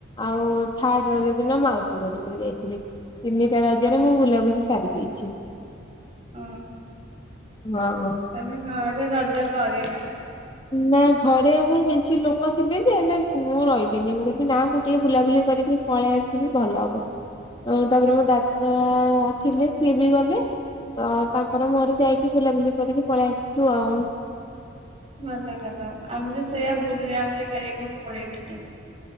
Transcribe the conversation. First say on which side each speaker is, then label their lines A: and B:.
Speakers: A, on the left; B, on the right.
A: ଆଉ ଥାର୍ଡ ରଜ ଦିନ ମାଉସୀ ଘରକୁ ଯାଇଥିଲି। ତିନିଟା ରଜରେ ମୁଁ ବୁଲାବୁଲି ସାରିଦି ଛି
B: ଓହୋ
A: ହଁ ହଁ।
B: ତମେ ଘରେ ରଜ କରିନା?
A: ନା ଘରେ ଆମର ମେଞ୍ଚି ଲୋକ ଥିଲେ ଯେ ହେଲେ ମୁଁ ରହିଲିନି ମୁଁ କହିଲି ନା ମୁଁ ଟିକେ ବୁଲାବୁଲି କରିକି ପଳେଇ ଆସିବି ଭଲ ହବ ଆ ତାପରେ ମୋ ଦାଦା ନଥିଲେ ସିଏ ବି ଗଲେ। ତ ତାଙ୍କର ମୋର ଯାଇକି ବୁଲାବୁଲି କରିକି ପଳେଇ ଆସିଲୁ ଆଉ।
B: ଭଲ କଲ ଆମେ ସେଇଆ ବୁଲିଆ ବୁଲି ଗାଇକି ପଳେଇଥିଲୁ।